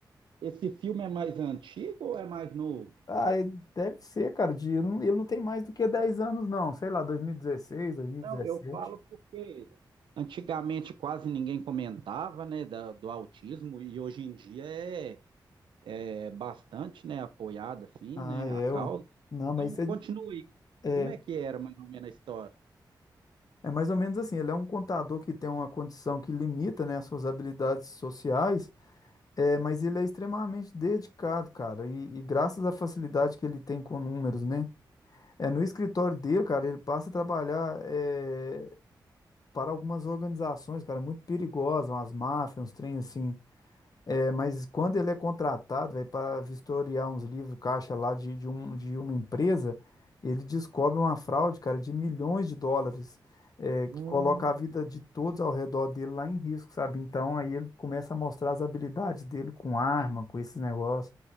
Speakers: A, on the right (about 80°); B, on the left (about 50°).
A: Esse filme é mais antigo ou é mais novo?
B: ah, e deve ser, cara, de, ele não ele não tem mais do que 10 anos, não, sei lá, 2016, 2017.
A: Não, eu falo porque Antigamente quase ninguém comentava, né, da- do autismo e hoje em dia é, é bastante, né, apoiado assim,
B: Ah,
A: né,
B: é.
A: a causa.
B: ué. Não, mas
A: Então,
B: isso é,
A: continue.
B: é,
A: Como é que era mais ou menos a história?
B: é mais ou menos assim. Ele é um contador que tem uma condição que limita, né, as suas habilidades sociais, é, mas ele é extremamente dedicado, cara. E, e graças à facilidade que ele tem com números, né? É, no escritório dele, cara, ele passa a trabalhar é, para algumas organizações, cara, muito perigosas, umas máfias, uns trem assim. É, mas quando ele é contratado, velho, para vistoriar uns livros caixa lá de, de, um, de uma empresa, ele descobre uma fraude, cara, de milhões de dólares, é, que
A: Uhum.
B: coloca a
A: Hum,
B: vida de todos ao redor dele lá em risco, sabe? Então aí ele começa a mostrar as habilidades dele com arma, com esses negócios.